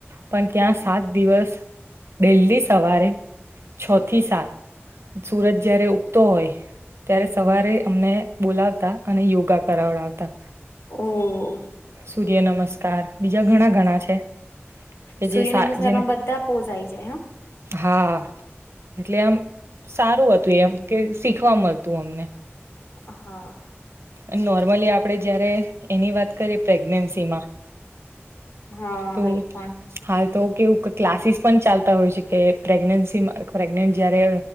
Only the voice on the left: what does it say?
હમ
ઓ
સૂર્ય
નમસ્કારમાં
બધા પોઝ આઈ જાય હા.
હા.
હા
એ પણ